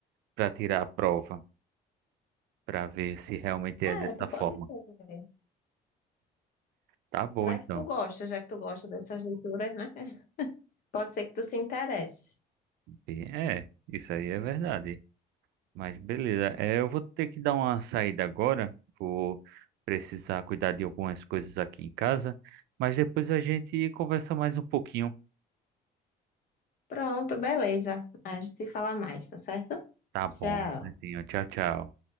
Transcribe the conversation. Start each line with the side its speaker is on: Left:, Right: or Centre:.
Right: para tirar a prova, para ver se realmente
Left: É,
Right: é dessa
Left: tu pode
Right: forma.
Left: ver.
Right: Tá bom,
Left: Vai
Right: então.
Left: que tu gosta, já que tu gosta dessas leituras, né? Pode ser que tu se interesse.
Right: É, isso aí é verdade. Mas beleza, é, eu vou ter que dar uma saída agora. Vou precisar cuidar de algumas coisas aqui em casa. Mas depois a gente conversa mais um pouquinho.
Left: Pronto, beleza. A gente se fala mais, tá certo?
Right: Tá bom,
Left: Tchau.
Right: Netinho. Tchau, tchau.